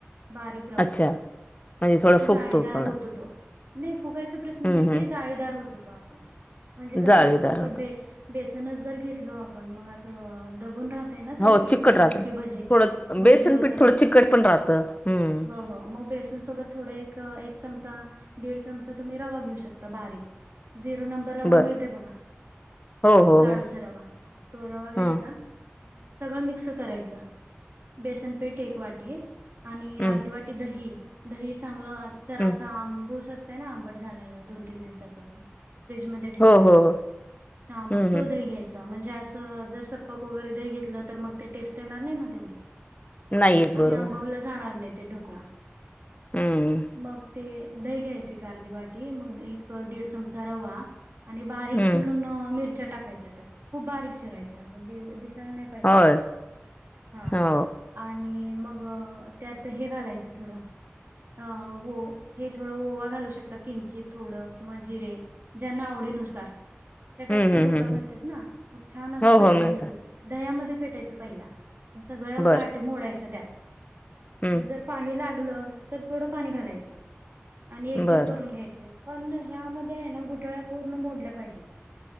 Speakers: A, on the right; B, on the left.
A: बारीक रवा,,
B: अच्छा
A: म्हणजे
B: थोडा फुगतो
A: जाळीदार
B: थोडा
A: होतो तोऽऽ नाही फुगायचा प्रश्न
B: हम्म
A: नाही
B: हम्म
A: ते,, जाळीदार होतो तो आतून,, म्हणजे कस
B: जाळीदार
A: अस फक्तेऽऽ
B: होत
A: नुच जर घेतलो आपन, मग असं दबून रातऽऽ ना ते
B: हो
A: पीठ
B: चिकट राहतं
A: जस की भजी,
B: थोडं
A: भजी
B: बेसन
A: होतात
B: पीठ थोडं
A: तस,,
B: चिकट पण राहतं हम्म
A: हो, हो मगऽऽ बेसन सोबत थोडे एक,, चमचा दीड चमचा तुम्ही रवा घेऊ शकता, बारीकऽऽ झिरो नंबर रवा
B: बर
A: मिळतय बघा,,
B: हो हो
A: लाडूचा
B: हो
A: रवा,, हा, तो रवा
B: हां
A: घ्यायचा. आणि सगळं मिक्स करायचं,, बेसनपीठ एक वाटी, आणि
B: हम्म
A: अर्धी वाटी दही,, दही चांगलं अस जर असा
B: हम्म
A: आंबूसऽऽ असतं ना आंबट झालेलं,, दोन तीन दिवसाचं असंऽ फ्र्रीज मधे ठेवलेलं,,
B: हो हो हो
A: हा मग
B: हम्म
A: तो
B: हम्म
A: दही घ्यायचा म्हणऽऽ जास्त,, जर सप्क वगैरे देही घेतलं तर मग ते टेस्ट येणार नाही ना तेवढऽऽ
B: नाही येत
A: आणि
B: बरोबर
A: आंबवल जाणार नाही. ढोकळा,,
B: हम्म
A: मग ते दही घ्यायचऽऽ एक अर्धी वाटी,, ऐक दिड चमचा रवा, आणि बारिक
B: हम्म
A: चिरुन मिरच्या ऽऽ टाकायच्या त्यात, खूप बारीक चिरायच्या असऽऽ नाही पायजे,,
B: होय
A: हं,,
B: हो
A: आणीऽऽ मग,, त्यात हे घालायच थोड,, थोडंऽऽ ओवाऽ घालू शकता किंचित थोडं,, किंवा जिरे, ज्यांना आवडीनुसार. त्या
B: हम्म
A: टाईप पण
B: हम्म
A: डोकळा
B: हम्म
A: मिळतात
B: हम्म
A: ना,, मग छान असं
B: हो
A: फेटून
B: हो मिळता
A: घ्यायचं,, दह्यामध्ये फेटायचं पहिला. सगळ्या
B: बर
A: गाटी मोडायच्या त्यात.
B: हम्म
A: मग जर पाणी लागलंच, तर थोडं पाणी घालायचं. आणि एक जीव
B: बरं
A: करून घ्यायचे,, पण ह्यामध्ये आहे ना घोटाळ्या पूर्ण मोडल्या पाहिजेत.